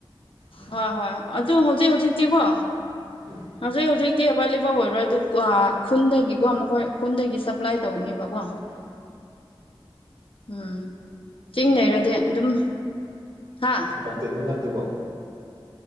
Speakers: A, on the right (about 70°); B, on the left (about 75°).
A: ꯎꯝ
B: ꯍꯣꯏ ꯍꯣꯏ ꯑꯗꯨ ꯍꯧꯖꯤꯛ ꯍꯧꯖꯤꯛꯇꯤꯀꯣ
A: ꯎꯝ
B: ꯍꯧꯖꯤꯛ ꯍꯧꯖꯤꯛꯇꯤ ꯑꯕꯥꯏꯂꯦꯕꯜ ꯑꯣꯏꯔꯣꯏ ꯑꯗꯨ ꯀ꯭ꯋꯥ ꯈꯨꯟꯗꯒꯤꯀꯣ ꯃꯈꯣꯏ ꯈꯨꯟꯗꯒꯤ ꯁꯄ꯭꯭ꯂꯥꯏ ꯇꯧꯅꯦꯕꯀꯣ
A: ꯑꯣ
B: ꯎꯝ ꯆꯤꯡ ꯂꯩꯩꯔꯗꯤ ꯑꯗꯨꯝ ꯍꯥ
A: ꯀꯠꯇꯦꯗꯤ ꯅꯠꯇꯦꯀꯣ